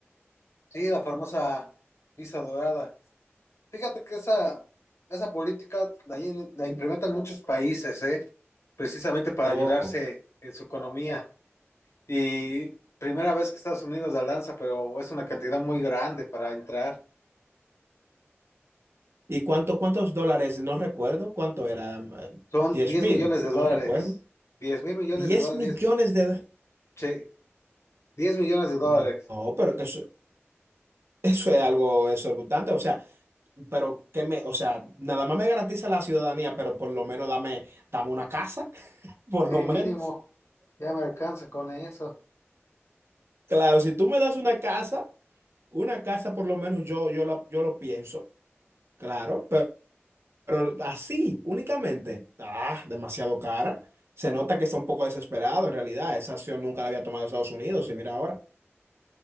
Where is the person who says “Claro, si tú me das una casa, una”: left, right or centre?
Right